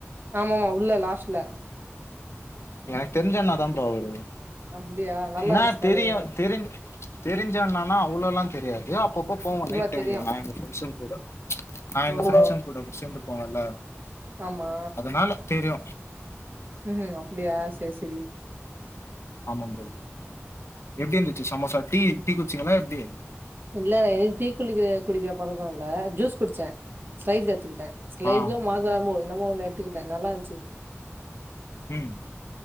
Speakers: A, on the right; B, on the left.
A: ஆமா ஆமா உள்ள லாஸ்ட்ல
B: எனக் தெரிஞ்ச அண்ணாதா ப்ரோ அவுரு
A: அப்டியா? நல்லா
B: இன்னா
A: இருந்துச்சு
B: தெரியு
A: கடையும்.
B: தெரிஞ் தெரிஞ்ச அண்ணாணா அவ்ளோலா தெரியாது அப்பப்போ போவோ
A: சும்மா
B: நைட் டைம்ல
A: தெரியும்.
B: நா எங்க ஃப்ரெண்ஸுங் கூடோ நா எங்
A: ஓஹோ!
B: ஃப்ரெண்ட்ஸுங் கூட சேந்துப்போவல்ல
A: ஆமா
B: அதனால தெரியு
A: ம் அப்டியா செரி செரி
B: ஆமா ப்ரோ எப்டி இந்துச்சு சமோசா டீ டீ குச்சீங்களா எப்டி
A: இல்ல எனக்கு டீ குளிக்கிற குடிக்கிற பழக்கோ இல்ல ஜுஸ் குடிச்சே ஸ்பைஸ் எடுத்துகிட்டே சிலைஸ்ல
B: ஆ
A: மாஸாமோ என்னமோ ஒன்னு எடுத்துக்கிட்டே நல்லா இருந்துச்சி
B: ம்